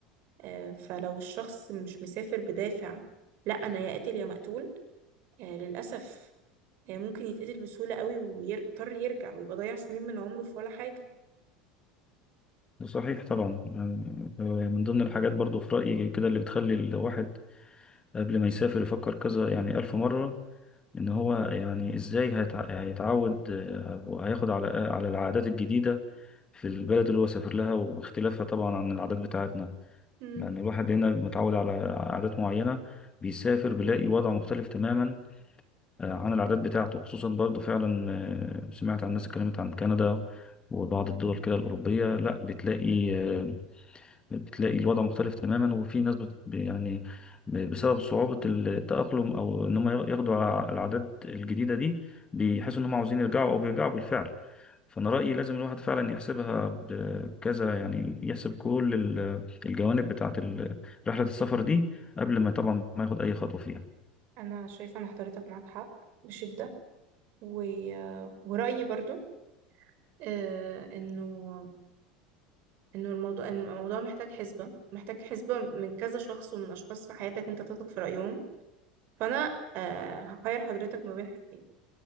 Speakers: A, on the right; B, on the left.
A: آه، فلو الشخص مش مسافر بدافع لا أنا يا قاتل يا مقتول آه، للأسف آه، ممكن يتقتل بسهولة قوي ويضطر يرجع ويبقى ضيع سنين من عمره في ولا حاجة
B: صحيح طبعا يعني آه، من ضمن الحاجات برضو في رأيي كده اللي بتخلي الواحد قبل ما يسافر يفكر كذا يعني ألف مرة إن هو يعني إزاي هيتع- هيتعود آه، وهياخد على على العادات الجديدة في البلد اللي هو سافر لها واختلافها طبعا عن العادات بتاعتنا
A: مم.
B: يعني الواحد هنا متعود على عادات معينة بيسافر بيلاقي وضع مختلف تماما آه، عن العادات بتاعته خصوصا برضو فعلا آه، سمعت عن الناس اتكلمت عن كندا وبعض الدول كده الأوروبية لا بتلاقي آه، بتلاقي الوضع مختلف تماما وفي ناس بت ب- يعني ب- بسبب صعوبة التأقلم أو إن هم ياخدوا ع- العادات الجديدة دي بيحسوا إن هم عاوزين يرجعوا أو بيرجعوا بالفعل فأنا رأيي لازم الواحد فعلا يحسبها بكذا يعني يحسب كل ال- الجوانب بتاعة ال- رحلة السفر دي قبل ما طبعا ما ياخد أي خطوة فيها
A: أنا شايفة أن حضرتك معاك حق بشدة و... ورأيي برضو آه، إنه انه الموضوع الموضوع محتاج حسبة محتاج حسبة من كذا شخص ومن اشخاص في حياتك انت تثق في رأيهم فانا آه هخير حضرتك ما بين حاجتين